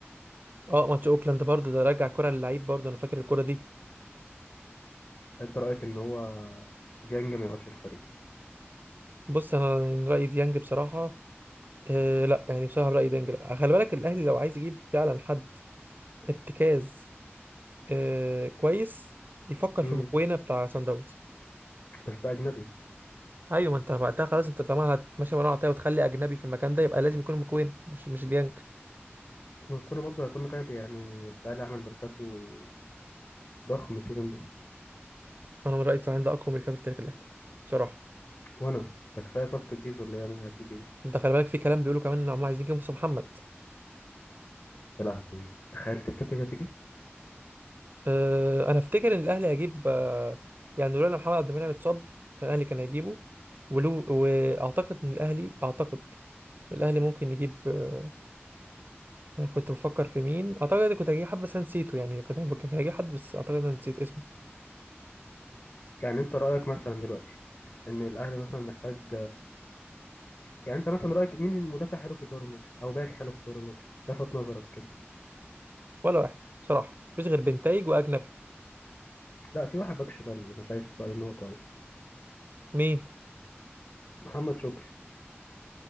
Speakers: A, on the right; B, on the left.
A: اه ماتش اوكلاند برضو ده رجع كرة للعيب برضو انا فاكر الكرة دي
B: انت رايك ان هو ديانج ما يقعدش في الفريق
A: بص انا رأيي ديانج بصراحة آه لا يعني بصراحة رأيي ديانج لا خلي بالك الاهلي لو عايز يجيب فعلا حد ارتكاز آه كويس يفكر في
B: مم.
A: مكوينة بتاع سان داونز
B: بس ده اجنبي
A: ايوه ما انت وقتها خلاص انت طالما هتمشي مروان عطيه وتخلي اجنبي في المكان ده يبقى لازم يكون مكوينة مش مش ديانج
B: كنا برضه هيكون غالي يعني الاهلي عمل ميركاتو ضخم السيزون ده
A: انا من رايي التسعين ده اقوى ميركاتو في تاريخ الاهلي بصراحه
B: وانا ده كفايه صفقه زيزو اللي هي هتيجي دي
A: انت خلي بالك في كلام بيقولوا كمان ان هم عايزين يجيبوا مصطفى محمد
B: يا لهوي تخيل تفتكر دي هتيجي
A: أه انا افتكر ان الاهلي هيجيب أه يعني لولا ان محمد عبد المنعم اتصاب كان الاهلي كان هيجيبه ولو واعتقد ان الاهلي اعتقد الاهلي ممكن يجيب أه انا كنت بفكر في مين اعتقد إن كنت هجيب حد بس أنا نسيته يعني كنت كان هجيب حد بس اعتقد إن انا نسيت اسمه
B: يعني انت رايك مثلا دلوقتي ان الاهلي مثلا محتاج يعني انت مثلا رايك مين المدافع حلو في الدوري المصري او باك حلو في الدوري المصري لفت نظرك كده
A: ولا واحد بصراحه مفيش غير بنتايج واجنبي
B: لا في واحد باك شمال انا شايف رايي ان هو كويس
A: مين
B: محمد شكري